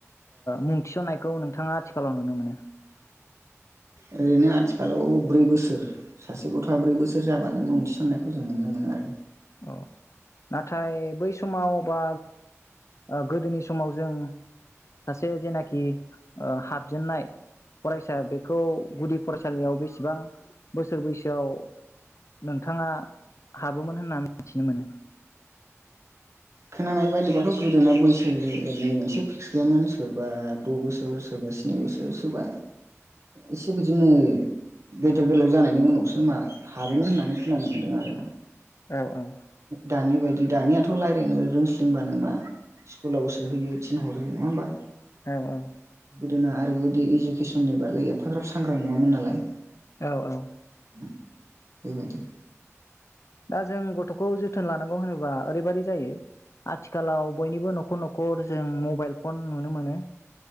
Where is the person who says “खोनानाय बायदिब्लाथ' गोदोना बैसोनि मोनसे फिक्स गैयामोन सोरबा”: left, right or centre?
Right